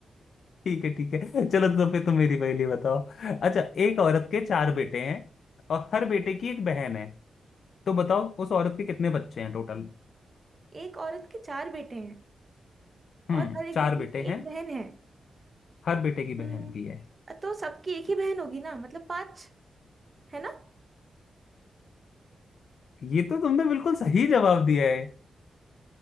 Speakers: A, on the left; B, on the right.
A: ठीक है ठीक है चलो तो फिर तुम मेरी पहली बताओ अच्छा एक औरत के चार बेटे हैं और हर बेटे की एक बहन है तो बताओ उस औरत के कितने बच्चे हैं टोटल
B: एक औरत के चार बेटे हैं
A: हम्म
B: और हर एक
A: चार
B: बेटी
A: बेटे
B: की
A: हैं
B: एक बहन है
A: हर बेटे
B: हम्म
A: की बहन भी है
B: तो सबकी एक ही बहन होगी ना मतलब पांच है ना
A: ये तो तुमने बिल्कुल सही जवाब दिया है